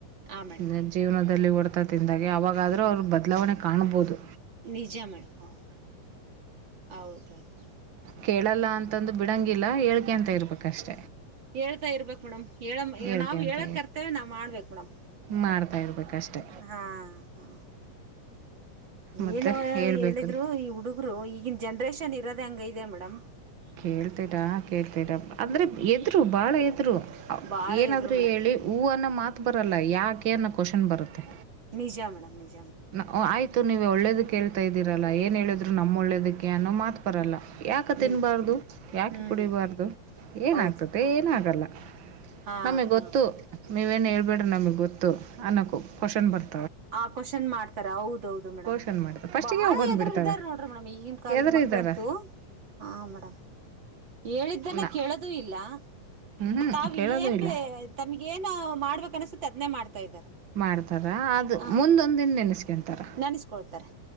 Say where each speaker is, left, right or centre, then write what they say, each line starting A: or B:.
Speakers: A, on the right (about 35°); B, on the right (about 70°).
A: ಹಾ ಮೇಡಮ್
B: ನೆ ಜೀವ್ನ್ದ್ ದಲ್ಲಿ ಓಡ್ತಾ ತಿಂದಾಗೆ ಅವಾಗಾದ್ರು ಅವ್ರು ಬದ್ಲಾವಣೆ ಕಾಣ್ಬೊದು.
A: ನಿಜ ಮೇಡಂ ಹೌದು ಹೌದೌದು.
B: ಕೇಳಲ್ಲ ಅಂತಂದ್ ಬಿಡಂಗಿಲ್ಲ ಹೇಳ್ಕೆಂತ ಇರ್ಬೇಕ್. ಕಷ್ಟ
A: ಹೇಳ್ತಾ ಇರ್ಬೇಕ್ ಮೇಡಮ್ ಹೇಳಮ್,
B: ಹೇಳ್ಕ್ಯಂತ
A: ನಾವ್ ಹೇಳ ಕರ್ತವ್ಯ ನಾವ್ ಮಾಡ್ಬೇಕ್ ಮೇಡಮ್.
B: ಮಾಡ್ತಾ ಇರ್ಬೇಕಷ್ಟೆ.
A: ಹಾ ಹಾ
B: ಮತ್ತು
A: ಏನು
B: ಹೇಳ್ಬೇಕು
A: ಹೇಳಿದ್ರು
B: ರೀ
A: ಈ ಹುಡುಗ್ರು ಈಗನ್ ಜನ್ರೇಷನ್ ಇರೋದೆ ಹಂಗ್ ಐ ಇದೆ ಮೇಡಮ್.
B: ಕೇಳ್ತೇಡಾ ಕೇಳ್ತೇಡ ಅಂದ್ರೆ ಎದ್ರು ಬಾಳ ಎದ್ರು.
A: ಬಾಳ
B: ಏನಾದ್ರು
A: ಇದ್ರು ಮೇಡಮ್
B: ಹೇಳಿ ಹೂ ಅನ್ನ ಮಾತ್ ಬರಲ್ಲ ಯಾಕ್ ಕೇರ್ನ ಕೊಷಶನ್ ಬರುತ್ತೆ.
A: ನಿಜ ಮೇಡಮ್ ನಿಜ್
B: ನ್ ಓ ಆಯ್ತ್ ತು ನೀವೇ ಒಳ್ಳೇದಕ್ಕೆ ಹೇಳ್ತಾ ಇದ್ದೀರಲ್ಲ ಏನ್ ಹೇಳಿದ್ರು ನಮ್ ಒಳ್ಳೇದಕ್ಕೆ ಅನ್ನೋ ಮಾತ್ ಬರಲ್ಲ. ಯಾಕ
A: ನಿಜ
B: ತಿನ್ನಬಾರ್ದು ಯಾಕ್
A: ಹ್ಮ್
B: ಕುಡಿಬಾರ್ದು ಏನಾಗ್ತದೆ
A: ಹೌದು
B: ಏನಾಗಲ್ಲ.
A: ಹಾ
B: ನಮ್ಗ್
A: ಹಾ
B: ಗೊತ್ತು. ನೀವೇನು ಹೇಳ್ಬೇಡ್ರಿ ನಮ್ಗ ಗೊತ್ತು ಅನ್ನೋಕ್ಕು ಕ್ವಶಷನ್ ಬರ್
A: ಆ ಕೋಷನ್ ಮಾಡ್ ತರ ಹೌದೌದು ಮೇಡಮ್
B: ಕ್ವಶನ್ ಮಾಡ್ತಾರೆ ಫಸ್ಟಿಗೆ
A: ಬಾಳ
B: ಅವು ಬಂದ್ಬಿಡ್ತವೆ
A: ಎದ್ರು ಇದ್ದಾರ್ ನೋಡ್ರಿ ಮೇಡಮ್ ಈಗಿನ್ ಕಾಲದ್
B: ಎದ್ರು
A: ಮಕ್ಕಳಂತೂ
B: ಇದ್ದಾರೆ
A: ಹಾ ಮೇಡಮ್ ಹೇಳಿದ್ದನ್ನ
B: ನಾ
A: ಕೇಳದು ಇಲ್ಲ.
B: ಹ್ಞೂ
A: <unintelligible> ತಾವ್
B: ಕೇಳೋದು
A: ಏನ್
B: ಇಲ್ಲ
A: ಬೇ ತಮಿಗ್ ಏನೊ ಮಾಡ್ಬೇಕ್ ಅನಿಸುತೆ ತದ್ನೆ ಮಾಡ್ತಾ ಇದಾರೆ.
B: ಮಾಡ್ತಾರ ಅದು
A: ಹ
B: ಮುಂದೊಂದಿನ ನೆನೆಸ್ಕೊಂತಾರ
A: ನನ್ಸ್ಕೊಳ್ತಾರೆ